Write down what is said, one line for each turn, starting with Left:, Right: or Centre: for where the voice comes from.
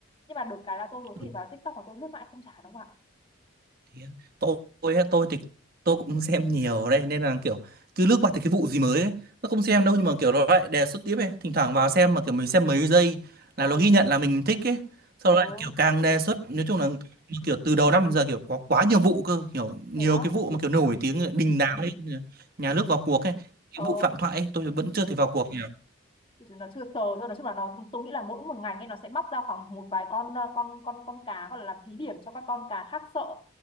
Left: nhưng mà được cái là tôi có thể
Right: ừ,
Left: vào TikTok mà tôi lướt mãi không chán đúng không ạ
Right: thế á. tôi tôi thì tôi cũng xem nhiều ở đây nên là kiểu cứ lướt qua thì cái vụ gì mới ấy, nó không xem đâu nhưng mà kiểu nó lại đề xuất tiếp ấy thỉnh thoảng vào xem mà kiểu mình xem mấy giây là
Left: ừ
Right: nó ghi nhận là mình thích ấy sau
Left: ừ
Right: đó lại kiểu càng đề xuất nói chung là kiểu từ đầu năm giờ kiểu có quá nhiều vụ cơ kiểu nhiều
Left: thế đó
Right: cái vụ mà kiểu nổi tiếng đình đám
Left: Ừ.
Right: ấy nhà nước vào cuộc ấy cái
Left: Ờ,
Right: vụ Phạm Thoại ấy, tôi vẫn chưa thấy vào cuộc nhỉ.
Left: nó chưa sờ thôi nói chung là nó tôi nghĩ là mỗi một ngành ấy nó sẽ móc ra khoảng một vài con ờ, con con con cá gọi là làm thí điểm cho các con cá khác sợ